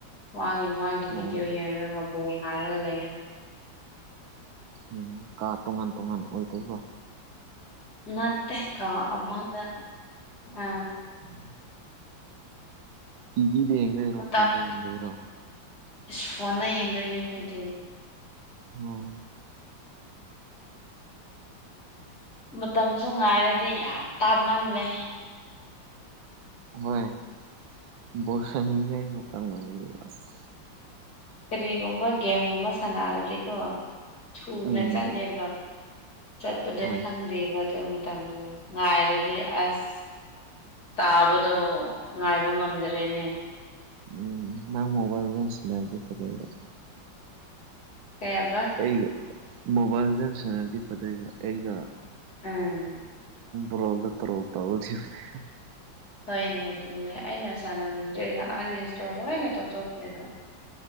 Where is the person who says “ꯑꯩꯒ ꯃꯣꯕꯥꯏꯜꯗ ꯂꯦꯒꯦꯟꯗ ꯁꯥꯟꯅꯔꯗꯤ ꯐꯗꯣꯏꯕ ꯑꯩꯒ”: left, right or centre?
Right